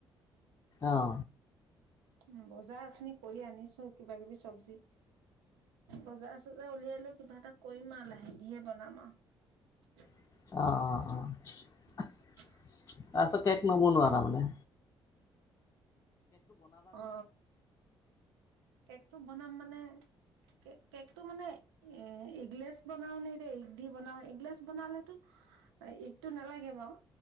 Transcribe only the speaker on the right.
উম বজাৰ উঠোনি কৰি আনিছো। কিবা কিবি চব্জি বজাৰ চজাৰ উলিয়াই লৈ কিবা এটা কৰিম আৱ লাহে দিহে বনাম আৱ। <unintelligible>
<unintelligible>
অ কেকটো বনাম মানে কে কেকটো মানে এ এগলেছ বনাও নে এতিয়া এগ দি বনাও এগলেছ বনালেতো এ এগটো নালাগে বাও